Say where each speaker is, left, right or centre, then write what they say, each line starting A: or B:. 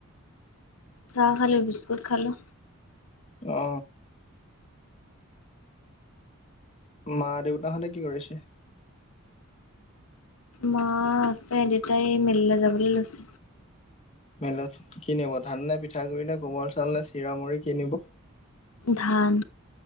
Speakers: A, on the left (about 70°); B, on the left (about 30°).
A: চাহ খালোঁ বিস্কুট খালোঁ
B: অ মা-দেউতাহঁতে কি কৰিছে?
A: মা আছে দেউতাই মিললে যাবলে লৈছে।
B: মিলত কি নিব ধান নে, পিঠাগুৰি নে, গোমৰ চাউল নে, চিৰা মুৰি কি নিব?
A: ধান